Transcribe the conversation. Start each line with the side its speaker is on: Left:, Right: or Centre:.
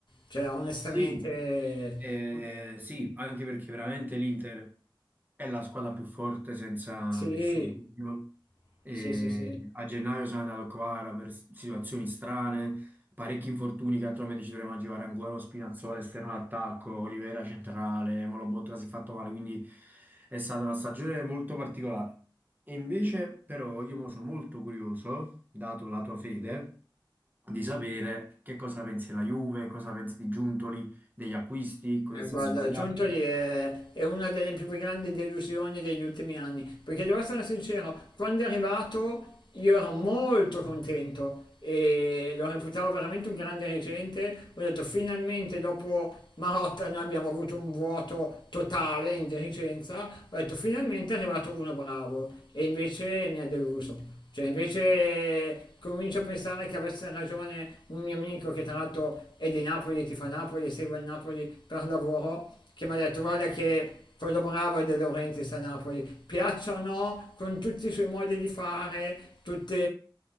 Left: Cioè, onestamente...
Right: Sì, eh, sì, anche perché veramente l'Inter è la squadra più forte senza
Left: Sì,
Right: nessun dubbio. E
Left: sì, sì, sì.
Right: a gennaio sono andato qua per situazioni strane. Parecchi infortuni che attualmente ci dovremmo aggirare ancora, lo Spinazzola esterno d'attacco, Oliveira centrale, Molobotka si è fatto male, quindi è stata una stagione molto particolare. E invece però io mo sono molto curioso, dato la tua fede, di sapere che cosa pensi della Juve, cosa pensi di Giuntoli, degli acquisti, cosa
Left: Eh,
Right: è
Left: guarda,
Right: stato sbagliato.
Left: Giuntoli è, è una delle più grandi delusioni degli ultimi anni, perché devo essere sincero, quando è arrivato io ero molto contento e lo reputavo veramente un grande dirigente, ho detto finalmente dopo Marotta noi abbiamo avuto un vuoto totale in dirigenza, ho detto finalmente è arrivato uno bravo e invece mi ha deluso. Cioè, invece comincio a pensare che avesse ragione un mio amico che tra l'altro è di Napoli, ti fa Napoli, segue il Napoli per lavoro, che mi ha detto guarda che quello bravo è De Laurentiis a Napoli, piaccia o no, con tutti i suoi modi di fare, tutti